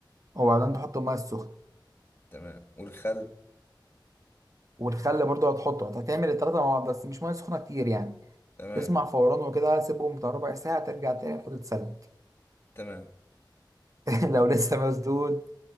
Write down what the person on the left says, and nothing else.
تمام والخل
تمام
تمام